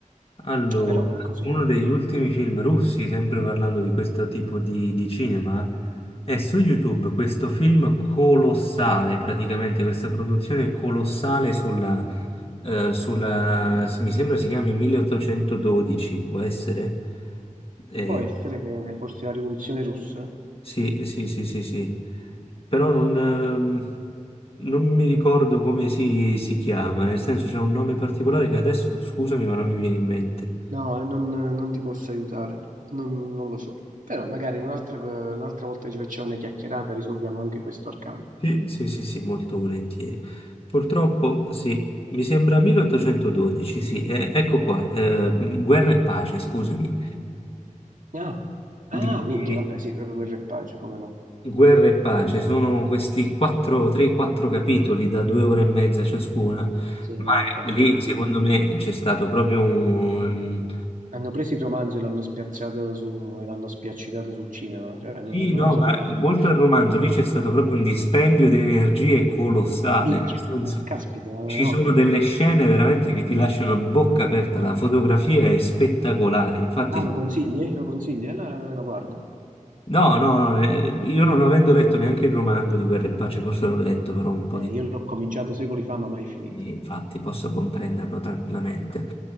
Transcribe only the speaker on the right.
Però è così.
Può essere che forse la rivoluzione russa?
No, e non, non ti posso aiutare, non, non lo so. Però magari un'altra un'altra volta ci facciamo una chiacchierata e risolviamo anche questo arcano.
Ah, ah,
minchia,
vabbè, sì, proprio quel repace, come no?
Sì,
no, vabbè,
impegnativo.
Hanno preso il romanzo e l'hanno spiazzato su, e l'hanno spiaccicato sul cinema, cioè non,
non
lo sapevo.
che-
Minchia,
ah, caspita, no.
Ah, lo consigli? Lo consigli? Allora, guarda,
Eh,
io l'ho cominciato secoli fa, ma mai finito.